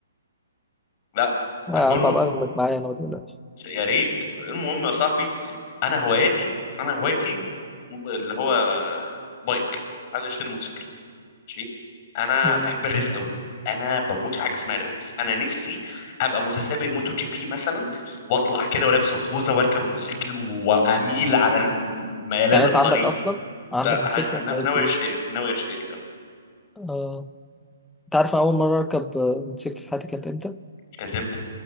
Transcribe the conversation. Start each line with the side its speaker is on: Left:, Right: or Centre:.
Left: لا
Centre: ما
Left: المهم
Centre: يا عم ابقى اخدك معايا انا ما تقلقش
Left: يا ريت المهم يا صاحبي انا هواياتي انا هوايتي اللي هو بايك عايز اشتري موتوسيكل ماشي انا
Centre: مم.
Left: بحب الريس قوي انا بموت في حاجه اسمها الريس انا نفسي ابقى متسابق موتو جي بي مثلا واطلع كده ولابس الخوذه واركب الموتوسيكل واميل على ميلان
Centre: يعني
Left: الطريق
Centre: انت عندك اصلا عندك
Left: لا
Centre: موتوسيكل
Left: هج... أنا
Centre: ولا عايز
Left: ناوي
Centre: تجيب
Left: اشتري ناوي اشتري اه
Centre: اه انت عارف انا اول مره اركب آه، موتوسيكل في حياتي كانت امتى
Left: كانت امتى